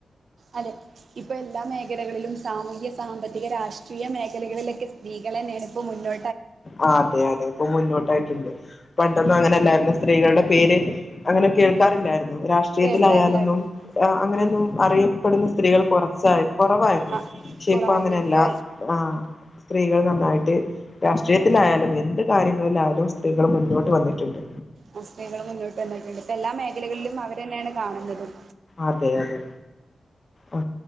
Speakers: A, on the right (about 65°); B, on the left (about 40°).
A: അതെ ഇപ്പൊ എല്ലാ മേഖലകളിലും സാമൂഹ്യ സാമ്പത്തിക രാഷ് ട്രീയ മേഖലകളിലെക്കെ സ്ത്രീകളെന്നേണ്പ്പൊ മുന്നോ
B: ആ അതെ അതെ ഇപ്പൊ മുന്നോട്ടായിട്ട്ണ്ട് പണ്ടൊന്നും അങ്ങനെല്ലാര് ന്നു സ്ത്രീകൾടെ പേര് അങ്ങനെ കേൾ ക്കാറില്ലായ്ര്ന്നു രാഷ്ട്രീയത്തിലായാലൊന്നും
A: കേൾക്കാറില്ലായിരുന്നു
B: അ അങ്ങനെയൊന്നും
A: ആഹ്
B: അറിയപ്പെട്ന്ന സ്ത്രീകൾ കാെറ സായ് കൊറവായ്ര്ന്നു
A: ആഹ്
B: പക്ഷെ
A: കുറവായിരുന്നു
B: ഇപ്പൊ അങ്ങനെയല്ലാ
A: ഇപ്പോ
B: ആ സ്ത്രീകൾ നന്നായിട്ട് രാഷ് ഷയത്തിലായാലും എന്ത് കാര്യങ്ങൾലായലും സ്ത്രീകൾ മുന്നോട്ട് വന്നിട്ട്ണ്ട്
A: അ സ്ത്രീകൾ മുന്നോട്ട് വന്നിട്ട്ണ്ട് ഇപ്പൊ എല്ലാ മേഖലകൾലും അവരെന്നെയാണ് കാണ്ന്നതും
B: അതെ അതെ ആ